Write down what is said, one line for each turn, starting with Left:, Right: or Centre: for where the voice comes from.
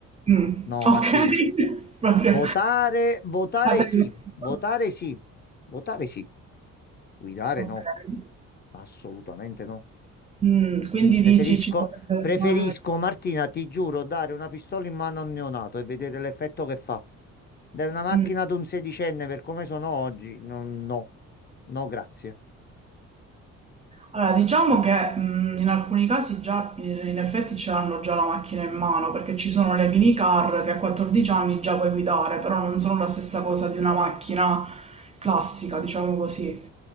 Right: Mh,
Left: no,
Right: okay,
Left: Martina.
Right: <laughs> proprio
Left: Votare, votare
Right: state
Left: sì,
Right: in
Left: votare
Right: <unintelligible>
Left: sì, votare sì. Guidare
Right: okay.
Left: no, assolutamente no.
Right: Mh, quindi
Left: Preferisco,
Right: dici ci sarebbe da
Left: preferisco,
Right: fare
Left: Martina, ti giuro, dare una pistola in mano a un neonato e vedere l'effetto che fa. Dai una macchina
Right: mh.
Left: ad un sedicenne per come sono oggi, no, no, no, grazie.
Right: Allora diciamo che, mhmm, in alcuni casi già in in effetti ce l'hanno già la macchina in mano, perché ci sono le minicar che a 14 anni già puoi guidare, però non sono la stessa cosa di una macchina classica, diciamo così.